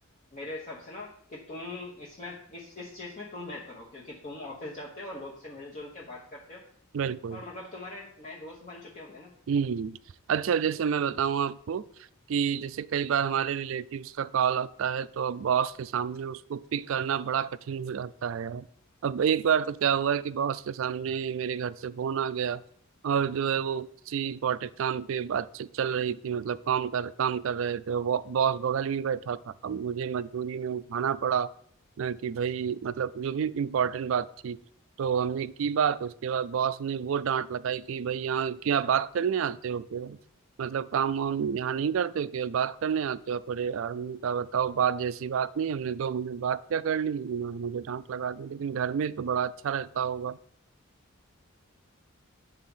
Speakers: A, on the left; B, on the right.
A: मेरे हिसाब से ना कि तुम इसमें इस इस चीज में तुम बेहतर हो क्योंकि तुम ऑफिस जाते हो और लोग से मिलजुल के बात करते हो
B: बिल्कुल
A: और मतलब तुम्हारे नए दोस्त बन चुके होंगे ना
B: हम्म अच्छा जैसे मैं बताऊं आपको कि जैसे कई बार हमारे रिलेटिव्स का कॉल आता है तो अब बॉस के सामने उसको पिक करना बड़ा कठिन हो जाता है यार अब एक बार तो क्या हुआ कि बॉस के सामने मेरे घर से फोन आ गया और जो है वो किसी इम्पोर्टेंट काम पे बातचीत चल रही थी मतलब काम कर काम कर रहे थे वो- बॉस बगल में बैठा था अब मुझे मजबूरी में उठाना पड़ा अ, कि भाई मतलब जो भी इम्पोर्टेंट बात थी तो हमने की बात उसके बाद बॉस ने वो डांट लगाई कि भाई यहाँ क्या बात करने आते हो केवल मतलब काम वाम यहाँ नहीं करते हो केवल बात करने आते हो पर यार हमने कहा बताओ बात जैसी बात नहीं हमने दो मिनट बात क्या कर ली उन्होंने मुझे डांट लगा दी लेकिन घर में तो बड़ा अच्छा रहता होगा